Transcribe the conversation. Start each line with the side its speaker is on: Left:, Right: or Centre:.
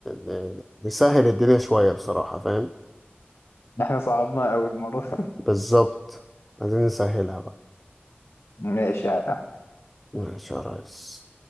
Centre: ن- نسهل الدنيا شوية بصراحة فاهم؟
Left: ده احنا صعبنا قوي المره <laughs>
Centre: بالظبط عايزين نسهلها بقى
Left: ماشي يا عم.
Centre: ماشي يا ريس